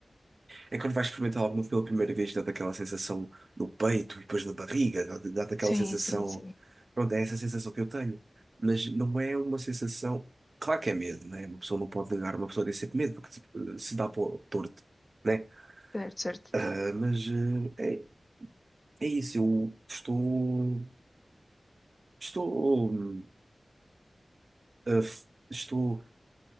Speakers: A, on the right (about 55°); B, on the left (about 25°).
A: é quando vais experimentar algo novo pela primeira vez, dá-te aquela sensação no peito e depois na barriga, dá-te dá-te aquela
B: Sim,
A: sensação.
B: sim, sim.
A: Pronto, é essa sensação que eu tenho. Mas não é uma sensação. Claro que é medo, né? Uma pessoa não pode negar, uma pessoa tem sempre medo, porque se se dá para o torto, né?
B: Certo, certo.
A: Ah, mas ah, é, é isso, eu estou. Estou. hum, ah, f- estou